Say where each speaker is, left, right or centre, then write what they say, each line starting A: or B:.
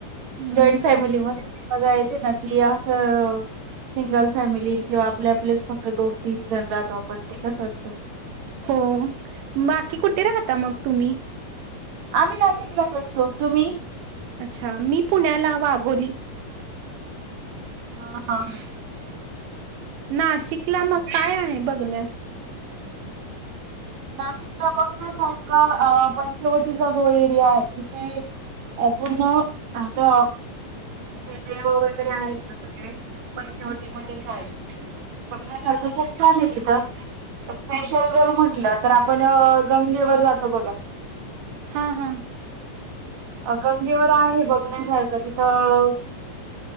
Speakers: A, on the right (about 80°); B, on the right (about 60°).
A: हम्म.
B: जॉईंट फॅमिली मध्ये. बघा येते ना ती असं सिंगल फॅमिली किंवा आपले, आपलेच फक्त दोन- तीन जण राहतो आपण ते कसं असतं.
A: हो. बाकी कुठे राहता मग तुम्ही?
B: आम्ही नाशिकलाच असतो. तुम्ही?
A: अच्छा. मी पुण्याला वागोली.
B: हा ह.
A: नाशिकला
B: ब
A: मग
B: <inaudible>
A: काय आहे बघण्या
B: नाशिकला बघण्या सारख, अ पंचवटीचा जो एरिया आहे तिथे अ पूर्ण आता जे देव वगैरे आहेत ना सगळे, पंच्यावटी मध्येच आहेत. बघण्यासारखं खूप छान आहे तिथं स्पेशल जर म्हटलं, तर आपण गंगेवर. जातो बघा.
A: हा हा.
B: अ गंगेवर आहे बघण्यासारखं तिथं